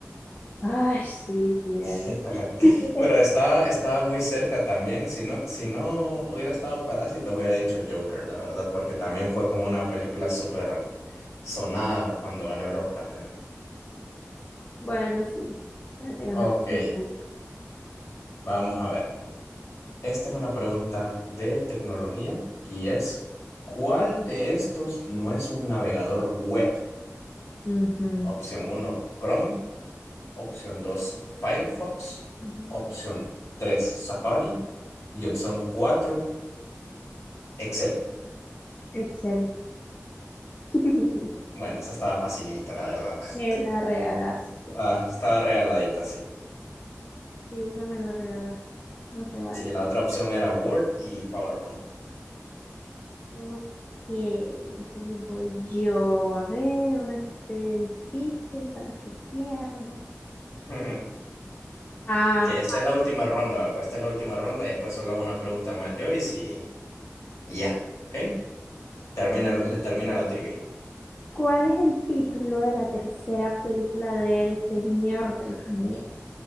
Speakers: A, on the left; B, on the left.
A: Ay, sí, sí.
B: <laughs>
A: es. <laughs>
B: Pero estaba, estaba muy cerca también. Si no, si no hubiera estado Parásitos, hubiera hecho Joker, la verdad, porque también fue como una película súper sonada cuando ganó el Oscar. creo.
A: Bueno, sí. Ya te ganaste
B: Ok,
A: el punto.
B: vamos a ver. Esta es una pregunta de tecnología y es, ¿cuál de estos no es un navegador web?
A: Ujú,
B: Opción uno, Chrome. Opción 2, Firefox.
A: ujú.
B: Opción 3, Safari. Y opción 4, Excel.
A: Excel. <laughs>
B: Bueno, esa estaba facilita, la verdad. <laughs>
A: Me la regalaste.
B: Ah, estaba regaladita, sí.
A: Sí, esa me la regalaste. No se vale.
B: Sí, la otra opción era Word y PowerPoint.
A: Ok, entonces voy yo a ver una que esté difícil para que pierda.
B: <laughs>
A: Ah,
B: Que esta es la última ronda, ¿verdad? Esta es la última ronda y después solo hago una pregunta más yo y si... y ya, ¿ok? Termina, le termina la trivia.
A: ¿Cuál es el título de la tercera película de El Señor de los Anillos?